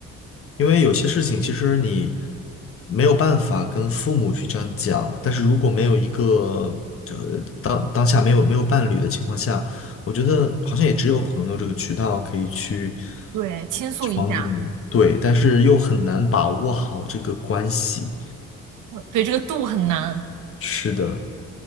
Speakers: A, on the left; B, on the right.
A: 因为有些事情其实你没有办法跟父母去这样讲，但是如果没有一个呃当当下没有没有伴侣的情况下，我觉得好像也只有朋友这个渠道可以去
B: 对，倾诉一下，
A: 去帮助你，对，但是又很难把握好这个关系。
B: 对，这个度很难。
A: 是的，